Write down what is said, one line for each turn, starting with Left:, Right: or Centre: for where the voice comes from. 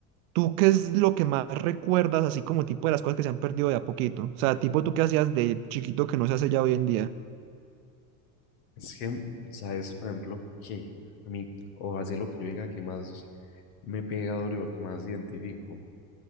Right: ¿tú qué es lo que más recuerdas, así como tipo de las cosas que se han perdido de a poquito? O sea, tipo tú qué hacías de chiquito que no se hace ya hoy en día.
Left: Es que, ¿sabes? Por ejemplo, que a mí, o así lo que yo diga que más me pega duro y lo que más identifico,